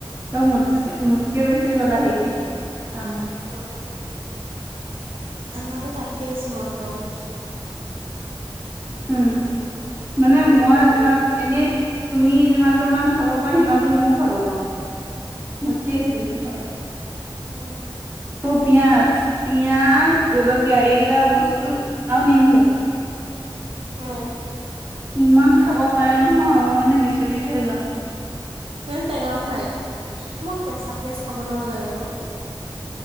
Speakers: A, on the right; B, on the right.
A: ত মোত
B: আহ
A: মোতকে বেছি জ্বলা সেই খায় আমাৰ
B: অ অ আমা আকৌ তাতকে বেছি মই খাও দেই
A: উম মানে মই
B: অ',
A: যিমান এনেই তুমি যিমানটো মান খাব পাৰা সিমানটো মও খাব পাৰো মোতকে সি বেছি খাব পাৰে
B: অ
A: মোৰ পিয়াজ পিয়াজ জলকীয়া এইকেইটা বস্তু আও নেমু
B: অ সেই
A: ইমান খাব পাৰে নহয় মই মানে বিচুতি খাই যাও
B: হে টেঙাও খাই। মই কেঁচা পিয়াজ খাব নোৱাৰো জানেনে